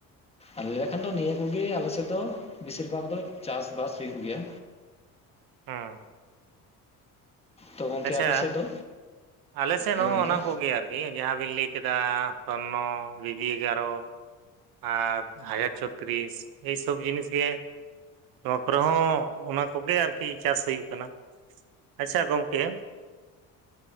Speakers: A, on the left (about 15°); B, on the right (about 80°).
A: ᱟᱞᱮᱠᱷᱟᱱ ᱫᱚ ᱱᱤᱭᱟᱹ ᱠᱚᱜᱮ ᱟᱞᱮᱥᱮᱫ ᱫᱚ ᱵᱮᱥᱤᱨ ᱵᱷᱟᱜ ᱫᱚ ᱪᱟᱥᱵᱟᱥ ᱦᱩᱭᱩᱜ ᱜᱮᱭᱟ
B: ᱦᱮᱸ
A: ᱛᱚ ᱜᱚᱝᱠᱮ
B: ᱟᱪᱪᱷᱟ
A: ᱟᱯᱮ ᱥᱮᱫ ᱫᱚ
B: ᱟᱞᱮ ᱥᱮᱫ
A: ᱦᱮᱸ
B: ᱦᱚᱸ
A: ᱜᱚᱝᱠᱮ
B: ᱚᱱᱟ ᱠᱚᱜᱮ ᱟᱨᱠᱤ ᱤᱭᱟᱹ ᱡᱟᱦᱟᱸ ᱵᱤᱱ ᱞᱟᱹᱭ ᱠᱮᱫᱟ ᱥᱚᱨᱱᱚ ᱵᱤᱵᱤ ᱮᱜᱟᱨᱚ ᱟᱨ ᱦᱟᱡᱟᱨ ᱪᱷᱚᱛᱨᱤᱥ ᱮᱭ ᱥᱚᱵ ᱡᱤᱱᱤᱥ ᱜᱮ ᱱᱚᱣᱟ ᱠᱚᱨᱮ ᱦᱚᱸ ᱚᱱᱟ ᱠᱚᱜᱮ ᱟᱨᱠᱤ ᱪᱟᱥ ᱦᱩᱭᱩᱜ ᱠᱟᱱᱟ ᱟᱪᱪᱷᱟ ᱜᱚᱝᱠᱮ